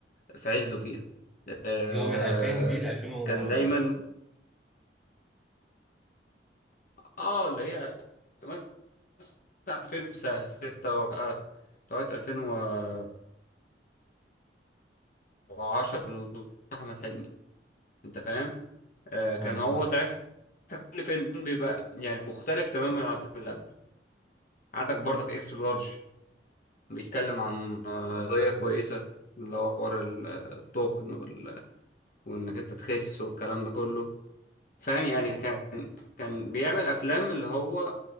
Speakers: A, on the left (about 50°); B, in the centre.
A: في عزه فيها آه
B: اللي هو من 2000 دي ل 2000 و...
A: كان
B: آه،
A: دايما اه اللي هي مثلا 2006 2006 لغايه 2010 2012 احمد حلمي انت فاهم آه، كان
B: ايوه
A: هو
B: فاهم
A: ساعتها كل فيلم بيبقى يعني مختلف تماما عن الفيلم اللي قبله عندك برضك اكس لارج بيتكلم عن آه، قضية كويسة اللي هو حوار ال- آه، التخن وال- وانك انت تخس والكلام ده كله فاهم يعني كان كان بيعمل افلام اللي هو